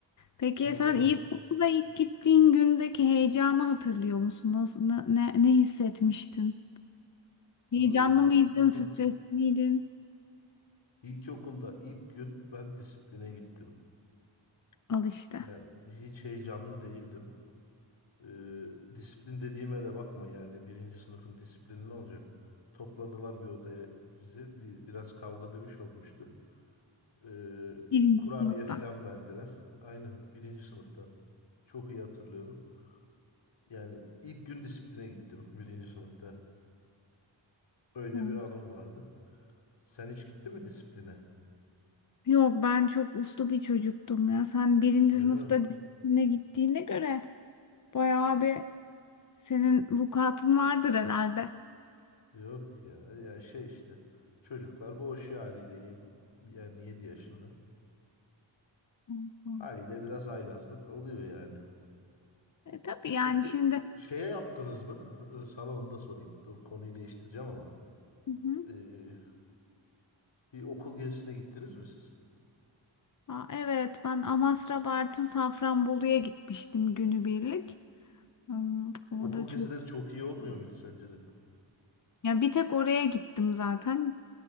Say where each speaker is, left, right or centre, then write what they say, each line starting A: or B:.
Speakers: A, on the left; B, on the left.
A: Peki
B: Öyle
A: sen ilkokula
B: mi?
A: ilk gittiğin gündeki heyecanı hatırlıyor musun? Nasıl, ne, ne, ne hissetmiştin? Heyecanlı
B: Abi
A: mıydın,
B: ilkokul,
A: stresli miydin?
B: ilkokulda ilk gün ben disipline gittim.
A: Al işte.
B: Yani hiç heyecanlı değildim. Ee, disiplin dediğime de bakma yani birinci sınıfın disiplini ne olacak? Topladılar bir odaya bizi. Bir, biraz kavga dövüş olmuştu. Ee,
A: Birinci
B: kurabiye
A: sınıfta.
B: filan verdiler. Aynen birinci sınıfta. Çok iyi hatırlıyorum. Yani ilk gün disipline gittim birinci sınıfta. Öyle
A: Evet.
B: bir anım vardı. Sen hiç gittin mi disipline?
A: Yok ben çok uslu bir çocuktum ya. Sen birinci
B: Öyle
A: sınıfta
B: mi?
A: disipline gittiğine göre bayağı bir Senin vukuatın vardır herhalde.
B: Yok ya. Ya şey işte. Çocuklar boğuşuyor haliyle. Yedi, yani 7 yaşında.
A: Hı hı.
B: Haliyle biraz haylazlık oluyor yani.
A: E, tabii yani
B: Peki
A: şimdi
B: şeye yaptınız mı? Ee, Sana onu da sorayım. Dur konuyu değiştireceğim ama.
A: Hı hı.
B: Ee, bir okul gezisine gittiniz mi siz?
A: Aa, evet ben Amasra Bartın Safranbolu'ya gitmiştim günübirlik. Hmm, orada
B: Okul
A: çok
B: gezileri çok iyi olmuyor muydu sence de?
A: ya bir tek oraya gittim zaten.